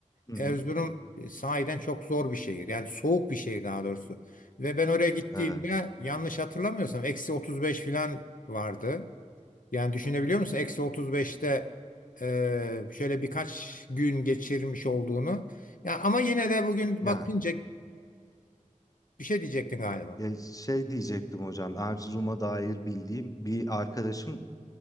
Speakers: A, on the left; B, on the left.
A: Hı
B: Erzurum
A: hı,
B: e, sahiden çok zor bir şehir. Yani soğuk bir şehir daha doğrusu. Ve ben oraya gittiğimde
A: evet.
B: yanlış hatırlamıyorsam eksi 35 falan vardı. Yani düşünebiliyor musun? Eksi 35'te e, şöyle birkaç gün geçirmiş olduğunu. Ya ama yine de bugün
A: Yani.
B: bakınca bir şey diyecektin galiba.
A: Ya şey diyecektim hocam, Erzurum'a dair bildiğim bir arkadaşım